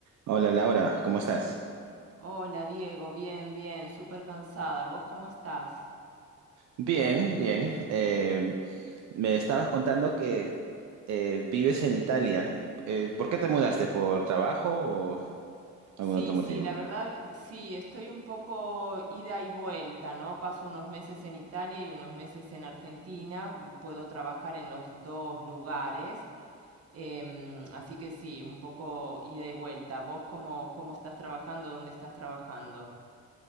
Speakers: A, on the right (about 70°); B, on the right (about 50°).
A: Hola Laura, ¿cómo estás?
B: Hola Diego, bien, bien, súper cansada. ¿Vos cómo estás?
A: Bien, bien. Eh, me estabas contando que eh, vives en Italia.
B: Sí.
A: Eh, ¿por qué te mudaste? ¿Por trabajo o
B: Sí,
A: algún otro motivo?
B: sí, la verdad, sí, estoy un poco ida y vuelta, ¿no? Paso unos meses en Italia y unos meses en Argentina, puedo trabajar en los dos lugares, em, así que sí, un poco ida y vuelta. ¿Vos cómo, cómo estás trabajando? ¿Dónde estás trabajando?